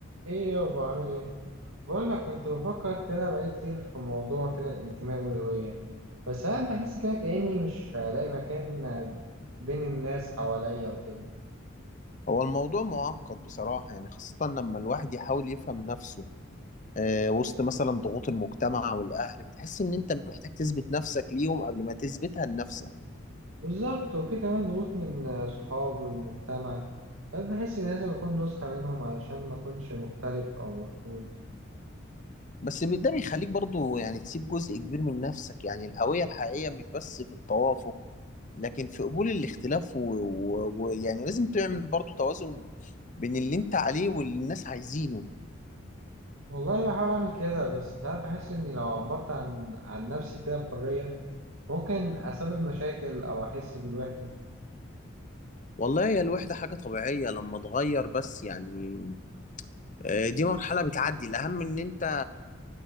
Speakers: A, on the right; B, on the left.
A: ايه يابا عامل ايه بقول لك كنت بفكر كده بقالي كتير في موضوع كده الانتماء والهوية بس ساعات بحس كده كأني مش هلاقي مكان بين الناس حواليا وكده
B: هو الموضوع معقد بصراحة يعني خاصة لما الواحد يحاول يفهم نفسه آه، وسط مثلا ضغوط المجتمع والأهل بتحس إن أنت محتاج تثبت نفسك ليهم قبل ما تثبتها لنفسك
A: بالظبط وفي كمان ضغوط من صحاب والمجتمع ساعات بحس اني لازم اكون نسخة منهم علشان ما اكونش مختلف او مرفوض
B: بس ده بيخليك برضو يعني تسيب جزء كبير من نفسك يعني الهوية الحقيقية مش بس في التوافق لكن في قبول الاختلاف ويعني و... و... ويعني لازم تعمل برضو توازن بين اللي أنت عليه واللي الناس عايزينه
A: والله بحاول اعمل كده بس ساعات بحس اني لو عبرت عن عن نفسي كده بحرية ممكن اسبب مشاكل او احس بالوحدة
B: والله هي الوحدة حاجة طبيعية لما تغير بس يعني آه، دي مرحلة بتعدي الأهم إن أنت